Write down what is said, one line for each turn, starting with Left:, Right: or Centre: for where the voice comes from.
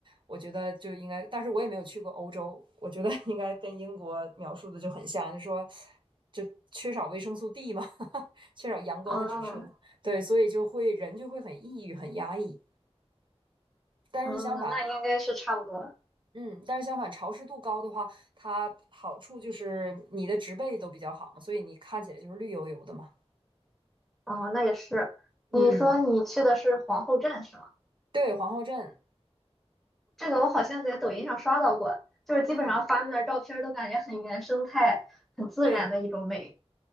Right: 我觉得就应该，但是我也没有去过欧洲，我觉得应该跟英国描述的就很像，就说就缺少维生素 D 嘛，<laughs> 缺少阳光的直射，
Centre: 哦，
Right: 对，所以就会人就会很抑郁、很压抑。但是相反，
Centre: 嗯，那应该是差不多。
Right: 嗯，但是相反，潮湿度高的话，它好处就是你的植被都比较好嘛，所以你看起来就是绿油油的嘛。
Centre: 哦，那也是。你说你去的是皇后镇是吗？
Right: 嗯，对，皇后镇，
Centre: 这个我好像在抖音上刷到过，就是基本上发那照片儿都感觉很原生态、
Right: 嗯，
Centre: 很自然的一种美。
Right: 对。